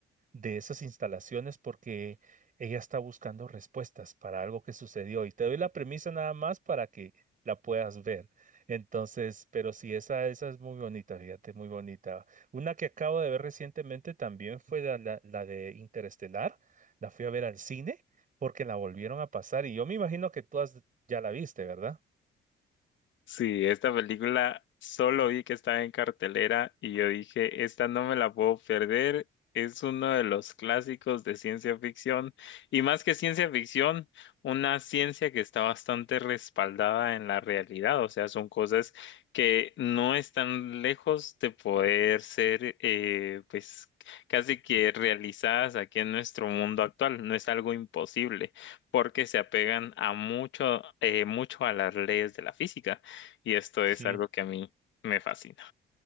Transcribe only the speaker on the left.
Sí, esta película solo vi que estaba en cartelera y yo dije, esta no me la puedo perder. Es uno de los clásicos de ciencia ficción y más que ciencia ficción, una ciencia que está bastante respaldada en la realidad. O sea, son cosas que no están lejos de poder ser, eh, pues, casi que realizadas aquí en nuestro mundo actual. No es algo imposible porque se apegan a mucho, eh, mucho a las leyes de la física. Y esto
es algo que a mí me fascina.